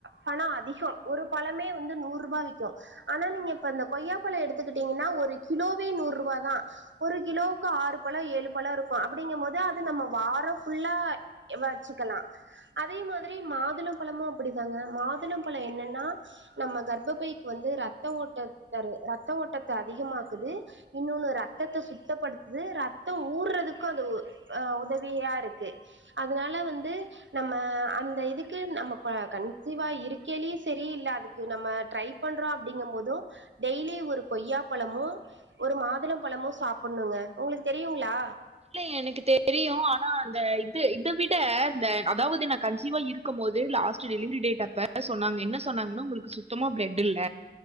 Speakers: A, on the right; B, on the right.
A: பணம் அதிகம் ஒரு பழமே வந்து நூறு ரூபாய் விக்கும் ஆனா நீங்க இப்ப அந்த கொய்யா பழம் எடுத்துக்கிட்டீங்கன்னா ஒரு கிலோவே நூறு ரூபா தான் ஒரு கிலோவுக்கு ஆறு பழம் ஏழு பழம் இருக் கு அப்படிங்கும் போது அது நம்ம வாரம் ஃபுல்லா வச்சுக்கலாம் அதே மாதிரி மாத துள பழமும் அப்படிதாங்க மாதுள பழம் என்னன்னா நம்ம கர்ப்பபைக்கு வந்து ரத்த ஓட்டத்த தரு ரத்த ஓட்டத்த அதிகமாக்குது இன்னொன்னு ரத்தத்த சுத்தப்படுத்துது ரத்த ஊறதுக் கு அது ஆ உதவியா இருக்கு அதனால வந்து நம்ம அந்த இதுக் கு நம்ம கா கன்சிவா இருக்கனே சரி இல்ல அதுக்கு நம்ம ட்ரை பண்றோம் அப்டிங்கும் போதும் டெய்லி ஒரு கொய்யா பழமு ஒரு மாதுளம் பழமு சாப்புணுங்க உங்களுக்கு தெரியுங்களா
B: இல்ல எனக்கு தெரியும் ஆனா அந்த இது இத விட இந்த அதாவது நான் கன்சிவா இருக்கும் போது ஆஸ்ட்டு டெலிவரி டேட் அப்ப சொன்னாங்க என்னா சொன்னாங்கனா உங்களுக்கு சுத்தமா பிளட் இல்ல